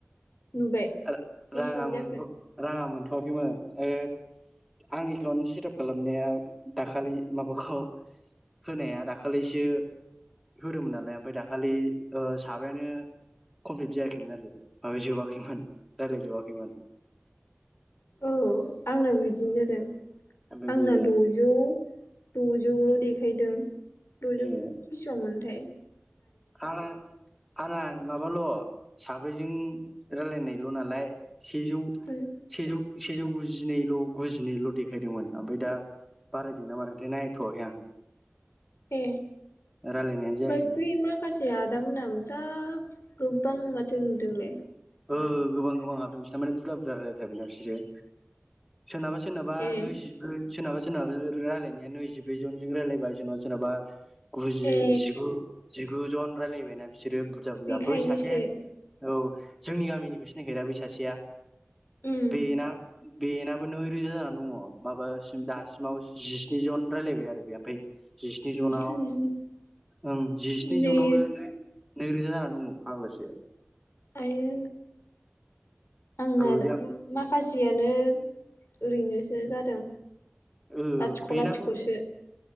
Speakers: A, on the left; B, in the centre.
A: नुबाय?
B: ओ
A: बेसेबां
B: राङा मोनथ'
A: जाखो
B: राङा मोनथ'वाखैमोन ओ आं एकाउन्ट सेटाप खालामनाया दाखालि माबाखौ होनाया दाखालैसो होदोमोन नालाय ओमफाय दाखालि ओ साबायानो कमप्लिट जायाखैमोन आरो माबा जोबाखैमोन रायलाय जोबाखैमोन।
A: औ आंनाबो बिदिनो जादों
B: ओमफ्राय
A: आंना
B: बे
A: द'जौ द'जौल' देखायदों द'जौ
B: ए
A: बिसिबांमोनथाय
B: आं आंना माबाल' साब्रैजों रायलायनायल' नालाय सेजौ
A: <unintelligible>
B: सेजौ सेजौ गुजिनैल' गुजिनैल' देखायदोंमोन ओमफाय दा बारायदोंना मादोंथाय नायथ'वाखै आं।
A: ए
B: रायलायनायानो जायाखैना
A: <unintelligible> बै मा खासे आदामोनहा जा गोबां माथो नुदोंलै।
B: ओ गोबां गोबां हाबदों बिसोरना माने बुरजा बुरजा रायलायथारबायना बिसोरो। सोरनाबा सोरनाबा
A: ए
B: नैजि ओ सोरनाबा सोरनाबा रायलायनाया नैजिब्रै जनजों रायज्लायबाय सोरनाबा सोरनाबा गुजि
A: ए
B: जिगु जिगुजन रायज्लायबायना बिसोरो बुरजा बुरजा
A: बेखायनोसो
B: बै सासे औ जोंनि गामिनिखौ सिनायखायो दा बै सासेया
A: उम
B: बेना बेनाबो नैरोजा जानानै दङ माबासिम दासिमाव जिस्नि जन रायलायबाय आरो बे ओमफ्राय जिस्नि जनाव
A: जिस्निजिनै
B: ओं जिस्नि
A: नै
B: जनावनो नै नैरोजा जानानै दङ फाग्लासो
A: आयो आंना
B: गैया
A: दा मा खासियानो ओरैनोसो जादों।
B: ओह
A: लाथिख'
B: बेनाबो
A: लाथिख'सो